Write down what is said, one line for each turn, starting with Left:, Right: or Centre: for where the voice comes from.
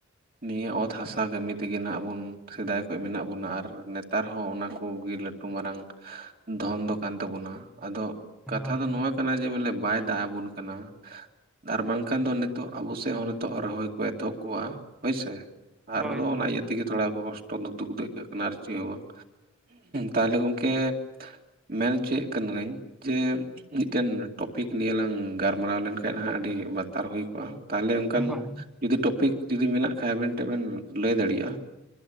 Right: ᱱᱤᱭᱟᱹ ᱚᱛ ᱦᱟᱥᱟ ᱵᱟ ᱠᱟᱹᱢᱤ ᱛᱮᱜᱮ ᱱᱟᱦᱟᱜ ᱵᱚᱱ ᱥᱮᱫᱟᱭ ᱠᱷᱚᱡ ᱢᱮᱱᱟᱜ ᱵᱚᱱᱟ ᱟᱨ ᱱᱮᱛᱟᱨ ᱦᱚᱸ ᱚᱱᱟ ᱠᱚᱜᱮ ᱞᱟᱹᱴᱩ ᱢᱟᱨᱟᱝ ᱫᱷᱚᱱ ᱫᱚ ᱠᱟᱱ ᱛᱟᱵᱚᱱᱟ ᱟᱫᱚ ᱠᱟᱛᱷᱟ
Centre: ᱦᱳᱭ
Right: ᱫᱚ ᱱᱚᱣᱟ
Centre: ᱦᱳᱭ
Right: ᱠᱟᱱᱟ ᱡᱮ ᱵᱚᱞᱮ ᱵᱟᱭ ᱫᱟᱜ ᱟᱵᱚᱱ ᱠᱟᱱᱟ ᱟᱨ ᱵᱟᱝ ᱠᱷᱟᱱ ᱫᱚ ᱱᱤᱛᱚᱜ ᱟᱵᱚ ᱥᱮᱫ ᱦᱚᱸ ᱱᱤᱛᱚᱜ ᱨᱚᱦᱚᱭ ᱠᱚ ᱮᱛᱚᱦᱚᱵ ᱠᱚᱣᱚᱜ-ᱟ ᱦᱳᱭ ᱥᱮ ᱟᱨ
Centre: ᱦᱳᱭ
Right: ᱫᱚ
Centre: ᱦᱳᱭ
Right: ᱚᱱᱟ ᱤᱭᱟᱹ ᱛᱮᱜᱤ ᱛᱚᱲᱟ ᱠᱚ ᱠᱚᱥᱴ ᱛᱚ ᱫᱷᱩᱠ ᱫᱷᱩᱠ ᱫᱚ ᱟᱹᱭᱠᱟᱹᱜ ᱠᱟᱱᱟ ᱟᱨ ᱪᱮᱫ ᱦᱚᱸ ᱵᱟᱝ ᱛᱟᱦᱞᱮ ᱜᱚᱢᱠᱮ ᱢᱮᱱ ᱚᱪᱚᱭᱮᱫ ᱠᱟᱹᱱᱟᱹᱧ ᱡᱮ ᱢᱤᱫᱴᱮᱱ ᱴᱚᱯᱤᱠ ᱱᱤᱭᱟᱹ ᱞᱟᱝ ᱜᱟᱨᱢᱟᱨᱟᱣ ᱞᱮᱱᱠᱷᱟᱡ ᱱᱟᱦᱟᱜ ᱟᱹᱰᱤ ᱵᱟᱛᱟᱨ ᱦᱩᱭ ᱠᱚᱜ-ᱟ᱾ ᱛᱟᱦᱚᱞᱮ ᱚᱱᱠᱟᱱ
Centre: ᱦᱳᱭ
Right: ᱡᱩᱫᱤ ᱴᱚᱯᱤᱠ ᱡᱩᱫᱤ ᱢᱮᱱᱟᱜ ᱠᱷᱟᱡ ᱟᱵᱮᱱ ᱴᱷᱮᱱ ᱵᱮᱱ ᱞᱟᱹᱭ ᱫᱟᱲᱮᱭᱟᱜ-ᱟ